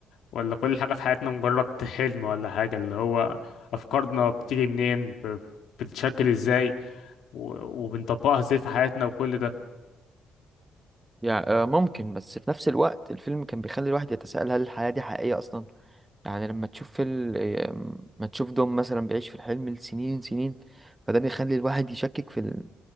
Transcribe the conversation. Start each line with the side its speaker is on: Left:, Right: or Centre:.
Left: ولا كل حاجة في حياتنا مجرد حلم ولا حاجة اللي هو أفكارنا بتيجي منين ب- بتتشكل إزاي و- وبنطبقها إزاي في حياتنا وكل
Right: يعني آه، ممكن بس في نفس الوقت الفيلم كان بيخلي الواحد يتساءل هل الحياة دي حقيقية أصلا يعني لما تشوف فيلم ما تشوف دوم مثلا بيعيش في الحلم لسنين سنين فده بيخلي الواحد يشكك في ال-